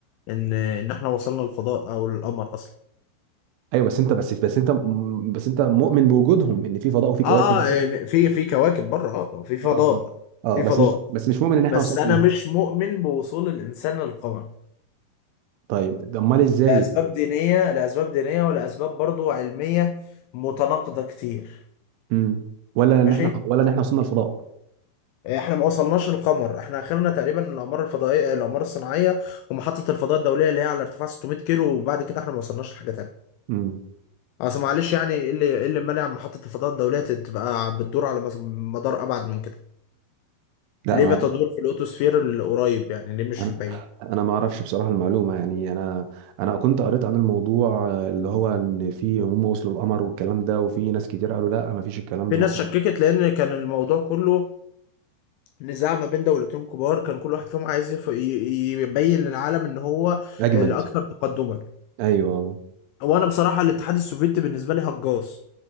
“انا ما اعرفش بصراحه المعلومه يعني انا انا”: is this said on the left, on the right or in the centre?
Right